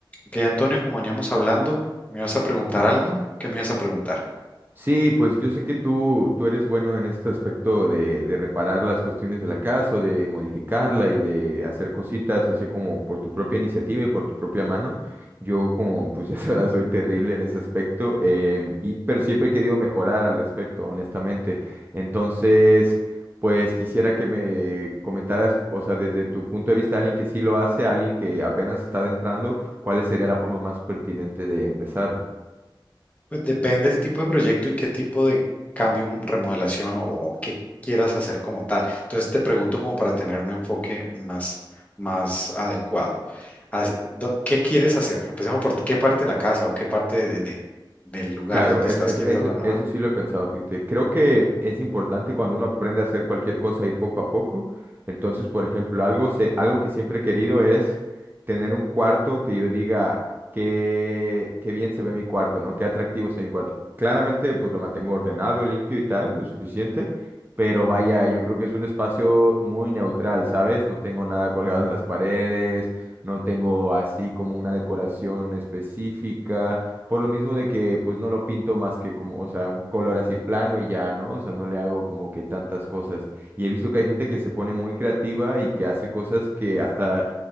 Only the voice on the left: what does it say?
Ok, Antonio, como veníamos hablando, ¿me ibas a preguntar algo? ¿Qué me ibas a preguntar?
Pues depende del tipo de proyecto y qué tipo de cambio, mm, remodelación o qué quieras hacer como tal. Entonces te pregunto como para tener un enfoque más, más adecuado. Así- do- ¿Qué quieres hacer? Empecemos por qué parte de la casa o qué parte de, de- del lugar
donde
estás
quieres
renovar.